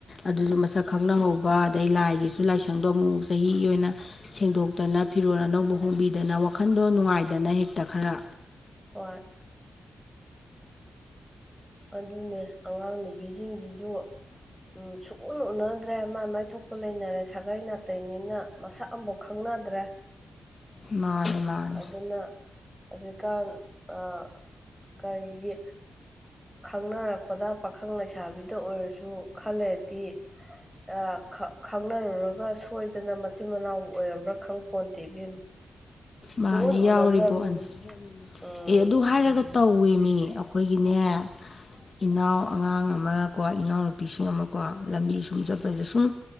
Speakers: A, on the left; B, in the centre.
A: ꯑꯗꯨꯁꯨ ꯃꯁꯛ ꯈꯪꯅꯍꯧꯕ ꯑꯗꯩ ꯂꯥꯏꯒꯤꯁꯨ ꯂꯥꯏꯁꯪꯗꯣ ꯑꯃꯨꯛꯃꯨꯛ ꯆꯍꯤꯒꯤ ꯑꯣꯏꯅ ꯁꯦꯡꯗꯣꯛꯇꯅ ꯐꯤꯔꯣꯜ ꯑꯅꯧꯕ ꯍꯣꯡꯕꯤꯗꯅ ꯋꯥꯈꯟꯗꯣ ꯅꯨꯡꯉꯥꯏꯗꯅ ꯍꯦꯛꯇ ꯈꯔ
B: ꯍꯣꯏ ꯑꯗꯨꯅꯦ ꯑꯉꯥꯡ ꯅꯨꯨꯕꯤꯖꯤꯡꯖꯤꯖꯨ ꯎꯝ ꯁꯨꯛꯎꯟ ꯎꯅ ꯇ꯭ꯔꯦ ꯃꯥꯥꯏ ꯃꯥꯏ ꯊꯣꯛꯄ ꯂꯩꯅꯔꯦ ꯁꯥꯒꯩ ꯅꯥꯇꯩꯅꯤꯅ ꯃꯁꯛ ꯑꯝꯕꯧ ꯈꯪꯅꯗ꯭ꯔꯦ
A: ꯃꯥꯅꯤ ꯃꯥꯅꯤ
B: ꯑꯗꯨꯅ ꯍꯧꯖꯤꯛꯀꯥꯟ ꯑ ꯀꯔꯤꯒꯤ ꯈꯪꯅꯔꯛ ꯄꯗ ꯄꯥꯈꯪ ꯂꯩꯁꯥꯕꯤꯗ ꯑꯣꯏꯔꯁꯨ ꯈꯜ ꯂꯩꯔꯗꯤ ꯑ ꯈ ꯈꯪꯅꯔꯨꯔꯒ ꯁꯣꯏꯗꯅ ꯃꯆꯤꯟ ꯃꯅꯥꯎ ꯑꯣꯏꯔꯝꯕ꯭ꯔꯥ ꯈꯪꯄꯣꯟꯇꯦ ꯏꯕꯦꯝꯃ
A: ꯃꯥꯅꯦ
B: ꯁꯨꯡꯎꯟ ꯎꯅꯗ꯭ꯔꯕꯅꯤꯅ
A: ꯌꯥꯎꯔꯤꯄꯣꯠꯅꯤ
B: ꯎꯝ
A: ꯑꯦ ꯑꯗꯨ ꯍꯥꯏꯔꯒ ꯇꯧꯋꯦꯃꯤ ꯑꯩꯈꯣꯏꯒꯤꯅꯦ ꯏꯅꯥꯎ ꯑꯉꯥꯡ ꯑꯃ ꯀꯣꯏ ꯏꯅꯥꯎꯅꯨꯄꯤꯁꯤꯡ ꯑꯃꯀꯣ ꯂꯝꯕꯤ ꯁꯨꯝ ꯆꯠꯄꯁꯤꯗ ꯁꯨꯝ